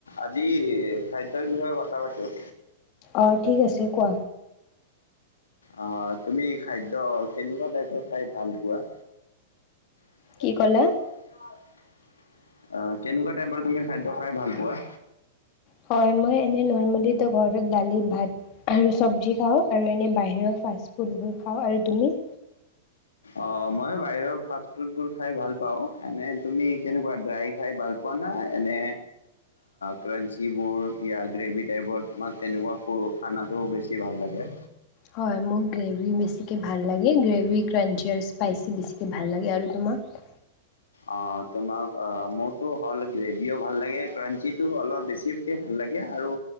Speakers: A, on the left; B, on the left.
A: আজি খাদ্যৰ বিষয়ে কথা পাতো।
B: অ ঠিক আছে কোৱা।
A: অ তুমি খাদ্য কেনেকুৱা টাইপৰ খাই ভাল পোৱা? <inaudible>
B: কি ক'লা
A: আহ কেনেকুৱা টাইপৰ তুমি খাদ্য খাই ভাল পোৱা?
B: হয় মই এনে নৰ্মেলো ঘৰত দালি ভাত আৰু চব্জি খাওঁ আৰু এনে বাহিৰৰ ফাষ্ট ফুডবোৰ খাওঁ আৰু তুমি?
A: অ মই বাহিৰৰ ফাষ্টফুডবোৰ খাই ভাল পাওঁ এনে তুমি কেনেকুৱা ড্ৰাই খাই ভাল পোৱা না এনে ক্ৰাঞ্চিবোৰ ই গ্ৰেভি টাইপৰ তোমাক তেনেকুৱা খানাটো বেছি ভাল লাগে
B: হয় মোক গ্ৰেভিী বেছিকৈ ভাল লাগে গ্ৰেভী ক্ৰাঞ্চি আৰু স্পাইচি বেছিকে ভাল লাগে আৰু তোমাক
A: আহ তোমাক আহ মোৰতো হ'ল গ্ৰেভিও ভাল লাগে ক্ৰাঞ্চিটো অলপ বেছিকে ভাল লাগে আৰু